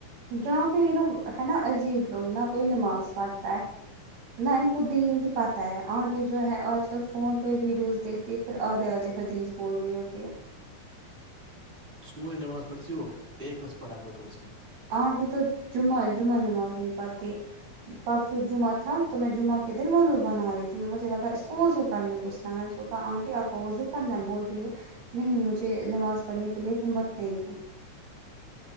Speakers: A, on the right; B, on the right.
A: یہاں پہ یہ لوگ ہے نا عجیب لوگ نا کوئی نماز پڑھ جائے نہ ان کو دین کی پات ہے آنٹی جو ہے آج کل فون پہ ویڈیوز دیکھتی ہے پھر آدھے آدھے حدیث بول رہی ہوتی ہے
B: اس کو بی نماز پڑتی ہو ایک وت پڑا کر اس کو
A: آنٹی تو جمعہ جمعہ نماز نہیں پڑھتی پس سو جمعہ تھام تو میں جمعہ کے دن وضو بنا رہیھی مجھے لگا ا اس کو وضو کرنے گغسناا میں اس کو آنٹی آپ کو وضو کرنا بول رہی ہے نہیں مجھے نماز پڑھنے کے لیے ہمت نہیں ہے